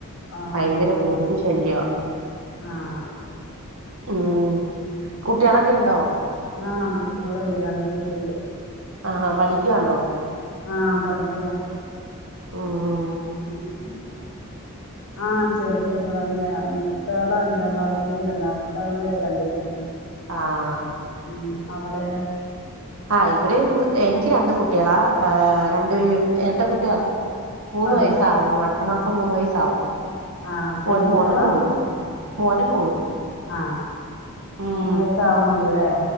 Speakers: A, on the left; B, on the right.
A: ആഹ്
B: ഭയങ്കര
A: ആഹ്
B: കൊതുക് ശല്യ
A: ആഹ്
B: ഉം കുട്ട്യാളൊക്കെ ഇണ്ടോ
A: ആഹ് കുട്ടികള്ണ്ട് രണ്ടു പേര്ണ്ട്
B: ആഹാ പഠിക്കുവാണോ
A: ആഹ പഠിക്കയാ
B: ഊം
A: <unintelligible> ആഹ് ചെറിയ കുട്ടികള് തന്നെ മൂത്താള് അഞ്ചാം ക്ലാസ്സില് രണ്ടാമത്താള് രണ്ടിലും
B: ആഹ്
A: ഉം അവിടെ
B: ആഹ് ഇവിടെം എനിക്ക് രണ്ട് കുട്ടികളാ ഏഹ് രണ്ടു പേരും എരട്ട കുട്ടികളാ മൂന്ന്
A: അതെ
B: വയസ്സ് ആവുന്നു അടുത്ത മാസം മൂന്ന് വയസ്സാവും
A: ആഹ് പെൺകുട്ടികളാ
B: ഒരു മോനും മോളും മോനും മോളും
A: ആഹ്
B: ഉം
A: മൂന്ന് വയസ്സ് ആവണൊള്ളൂലേ